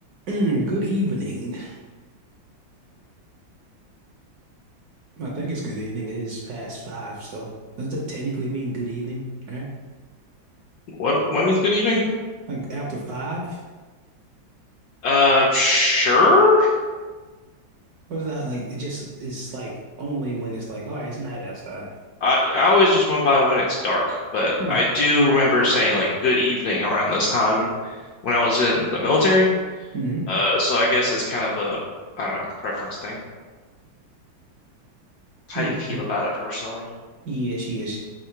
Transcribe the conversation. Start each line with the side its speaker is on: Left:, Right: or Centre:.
Right: <clears throat> Good evening. I think it's good evening. It is past five, so does that technically mean good evening, right?
Left: What what means good evening?
Right: Like after five?
Left: Uh, sure.
Right: Or is that like it just it's like only when it's like, all right, it's night outside.
Left: I I always just went by when it's dark, but
Right: Huh.
Left: I do remember saying like good evening around this time when I was in the military.
Right: Mm-hmm.
Left: Uh, so I guess it's kind of a I don't know preference thing, how
Right: Mm-hmm.
Left: you feel
Right: hmm
Left: about it personally.
Right: Yes, yes.